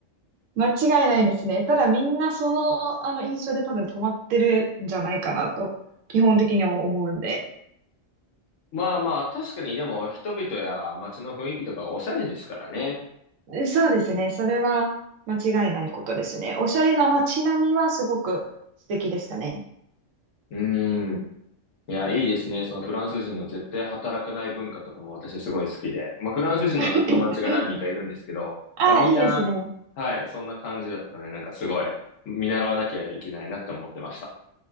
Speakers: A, on the right; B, on the left.
A: 間違いないですね。ただみんなその、あの印象で多分止まってるんじゃないかなと、基本的には思うんで。
B: まあまあ、確かにでも人々や街の雰囲気とかおしゃれですからね。
A: そうですね。それは間違いないことですね。おしゃれな街並みはすごく素敵でしたね。
B: うーん。いや、いいですね。そのフランス人の絶対働かない文化とかも私すごい好きで。まあ、フランス人のな友達が何人かいるんですけど、
A: <laughs> あ、
B: まあ、みんな、
A: いいですね。
B: はい、そんな感じだったので、なんかすごい見習わなきゃいけないなって思ってました。